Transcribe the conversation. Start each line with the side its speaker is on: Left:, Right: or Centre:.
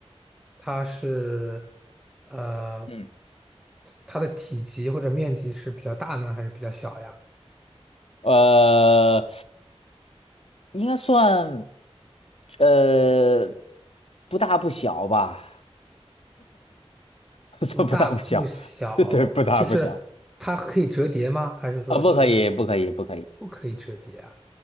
Centre: 它是呃，
Left: 嗯，
Centre: 它的体积或者面积是比较大呢，还是比较小呀？
Left: 呃，应该算，呃，不大不小吧，<laughs> 算不大不小，
Centre: 不大不小，
Left: <laughs> 对，不大不小，
Centre: 就是它可以折叠吗？还是说就是
Left: 啊，不可以，不可以，不可以，
Centre: 不可以折叠啊？